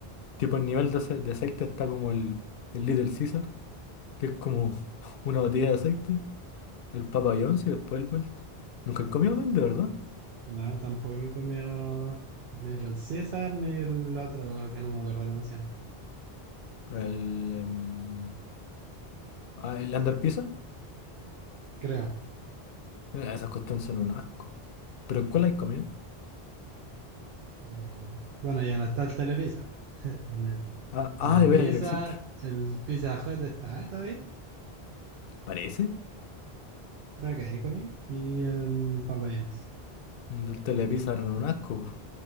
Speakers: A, on the left; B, on the right.
A: Tipo, el nivel de, ace- de aceite está como el, el Little Caesar, que es como <laughs> una botella de aceite, el Papa John's y después el Melt. Nunca he comido Melt, de verdad.
B: No, tampoco he comido Little Caesar ni el otro que no me acuerdo cómo se llama.
A: El, em, ah, el Under Pizza.
B: Creo.
A: Eh, Esas cuestiones son un asco. ¿Pero en cuál hay comido?
B: Eh, bueno, ya no está el Telepizza. <laughs> En el
A: Ah, ah,
B: Telepizza,
A: de veras ya no existe.
B: el Pizza Hut está, ¿está bien?
A: Parece.
B: Creo que ahí comí. Y en Popeyes.
A: Del Telepizza eran un asco. bro.